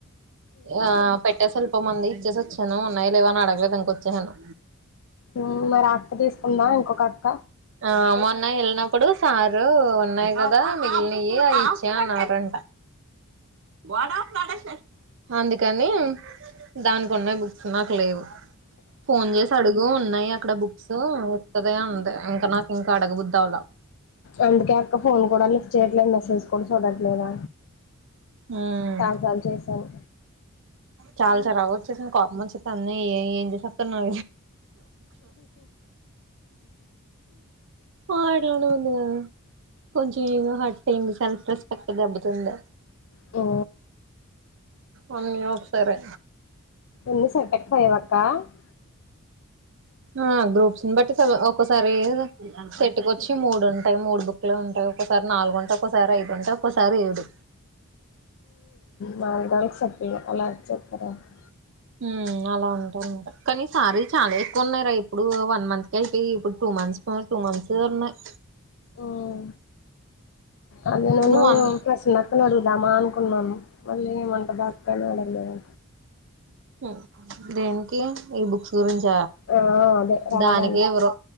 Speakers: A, on the right; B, on the left.
A: ఆ పెట్టేసి వెళ్ళి పోమంది ఇచ్చేసి వచ్చాను ఉన్నాయి లేవ అని అడగలేదు ఇంక వచ్చేసాను
B: ఉం మరి అక్క తీసుకుందా ఇంకొక అక్క
A: ఆ మొన్న వెళ్ళినప్పుడు సారు ఉన్నాయి కదా మిగిలినవి అవి ఇచ్చే అన్నారట వడా నడేషె <unintelligible> అందుకని దాని ఉన్నాయి బుక్స్ నాకు లేవు ఫోన్ చేసి అడుగు ఉన్నాయి అక్కడ బుక్స్ ఇస్తది అంది ఇంకా నాకు ఇంకా అడగబద్దావులా
B: అందుకే అక్క ఫోన్ కూడా లిఫ్ట్ చేయట్లేదు మెసేజ్ కూడా చూడట్లేదా
A: ఉమ్
B: చాలాసార్లు చేసాను
A: చాలా చిరాక్ వచ్చేసాను కోపమంచి <unintelligible> చెస్త అన్న ఏం చేసేస్త నా మాట్లా ఉన్న ఉందిగా <unintelligible> కొంచం ఇగో హట్ అయింది సెల్ఫ్ రెస్పెక్ట్ దెబ్బ తింది
B: ఓ
A: అన్ని ఒక సారే
B: ఎన్ని సెటక్ పోయవక్క <unintelligible>
A: ఆ గ్రూప్స్ని బట్టి ఒక్కసారి సేట్కొచ్చి మూడుంటాయి మూడు బుక్లు ఉంటాయి ఒక్కోసారి నాలుగుంటాయి ఒక్కోసారి ఐదు ఉంటాయి ఒక్కోసారి ఏడు
B: మాలుగాలు సప్ప అలా వచ్చక్కార <unintelligible>
A: ఉం అలా ఉంటారంట కానీ సారిలు చాలా ఎక్కువ ఉన్నాయిర ఇప్పుడు వన్ మంత్ కి అయిపోయి ఇప్పుడు టూ మంత్స్ ఆ టూ మంత్స్ ఉన్నాయి
B: ఉం అదే నను
A: నువ్వు వన్
B: ప్రశ్న అక్కని అడుగుదామా అనుకున్నాము మళ్ళీ ఏమంటధో అక్క అని అడగలేదు
A: ఉం దేనికి ఈ బుక్స్ గురించ
B: ఆ అదే రాయడానికి
A: దానికి ఇవ్వరూ